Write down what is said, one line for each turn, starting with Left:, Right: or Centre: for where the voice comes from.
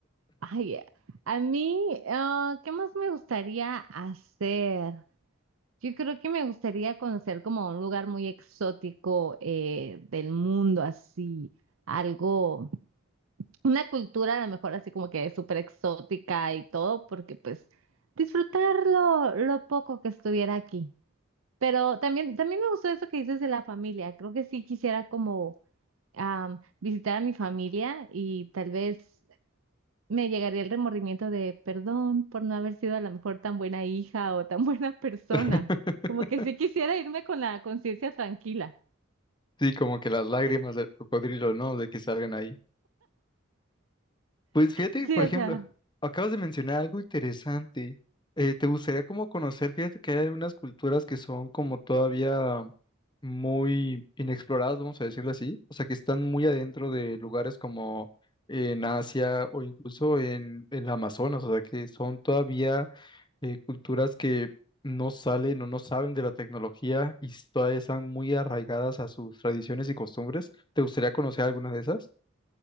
Right: Ay, eh, a mí, ah, ¿qué más me gustaría hacer? Yo creo que me gustaría conocer como un lugar muy exótico eh, del mundo, así, algo. una cultura a lo mejor así como que súper exótica y todo, porque pues disfrutar lo, lo poco que estuviera aquí. Pero también, también me gustó eso que dices de la familia. Creo que sí quisiera como am, visitar a mi familia y tal vez me llegaría el remordimiento de perdón por no haber sido a lo mejor tan buena hija o tan <laughs> buena persona.
Left: <laughs>
Right: Como que sí quisiera irme con la conciencia tranquila.
Left: Sí, como que las lágrimas del cocodrilo, ¿no? De que salgan ahí. Pues fíjate,
Right: Sí,
Left: por
Right: o
Left: ejemplo,
Right: sea.
Left: acabas de mencionar algo interesante. Eh, ¿te gustaría como conocer? Fíjate que hay algunas culturas que son como todavía muy inexploradas, vamos a decirlo así. O sea, que están muy adentro de lugares como en Asia o incluso en el Amazonas. O sea, que son todavía eh, culturas que no salen o no saben de la tecnología y todavía están muy arraigadas a sus tradiciones y costumbres. ¿Te gustaría conocer alguna de esas?